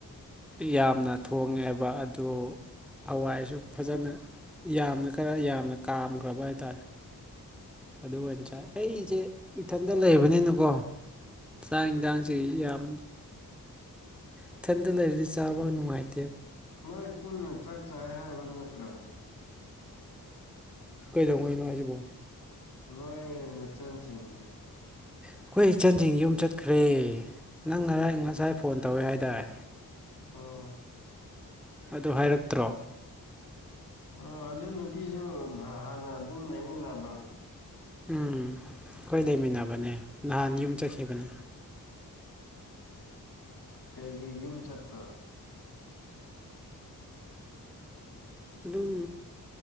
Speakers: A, in the centre; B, on the left.
A: ꯇꯤ ꯌꯥꯝꯅ ꯊꯣꯡꯉꯦꯕ ꯑꯗꯨ ꯍꯋꯥꯏꯁꯨ ꯐꯖꯅ ꯌꯥꯝꯅ ꯈꯔ ꯌꯥꯝꯅ ꯀꯥꯝꯈ꯭ꯔꯕ ꯍꯥꯏꯇꯥꯔꯦ ꯑꯗꯨ ꯑꯣꯏꯅ ꯆꯥꯏ ꯑꯩꯁꯦ ꯏꯊꯟꯇ ꯂꯩꯕꯅꯤꯅꯀꯣ ꯆꯥꯛ ꯌꯦꯟꯁꯥꯡꯁꯤ ꯌꯥꯝ ꯏꯊꯟꯇ ꯂꯩꯔꯗꯤ ꯆꯥꯕ ꯅꯨꯡꯉꯥꯏꯇꯦ
B: ꯅꯣꯏ ꯄꯨꯟꯅ ꯆꯥꯛ ꯆꯥꯏ ꯍꯥꯏꯕ ꯅꯠꯇ꯭ꯔꯣ
A: ꯀꯩꯗꯧꯉꯩꯅꯣ ꯍꯥꯏꯁꯤꯕꯣ
B: ꯅꯣꯏꯣꯏ ꯅꯆꯟ ꯁꯤꯡꯒ
A: ꯑꯩꯈꯣꯏ ꯏꯆꯟꯁꯤꯡ ꯌꯨꯝ ꯆꯠꯈ꯭ꯔꯦ ꯅꯪ ꯉꯔꯥꯡ ꯉꯁꯥꯏ ꯐꯣꯟ ꯇꯧꯋꯦ ꯍꯥꯏꯇꯥꯏ
B: <unintelligible>
A: ꯑꯗꯨ ꯍꯥꯏꯔꯛꯇ꯭ꯔꯣ
B: ꯑꯣ ꯑꯗꯨ ꯅꯨꯄꯤꯁꯨ ꯍꯥꯟꯅ ꯑꯗꯨꯝ ꯂꯩꯃꯤꯟꯅꯕ꯭ꯔꯥ
A: ꯎꯝ ꯑꯩꯈꯣꯏ ꯂꯩꯃꯤꯟꯅꯕꯅꯦ ꯅꯍꯥꯟ ꯌꯨꯝ ꯆꯠꯈꯤꯕꯅꯦ
B: ꯀꯩꯒꯤ ꯌꯨꯝ ꯆꯠꯄ
A: ꯑꯗꯨꯝ